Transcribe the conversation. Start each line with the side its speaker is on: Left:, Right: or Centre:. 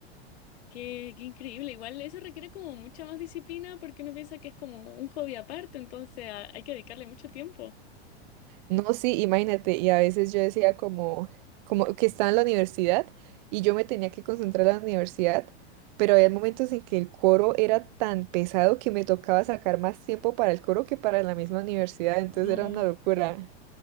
Left: Qué, qué increíble. Igual eso requiere como mucha más disciplina porque uno piensa que es como un hobby aparte, entonces a- hay que dedicarle mucho tiempo.
Right: No, sí, imagínate, y a veces yo decía como, como que estaba en la universidad y yo me tenía que concentrar en la universidad, pero había momentos en que el coro era tan pesado que me tocaba sacar más tiempo para el coro que para la misma universidad, entonces
Left: No.
Right: era una locura.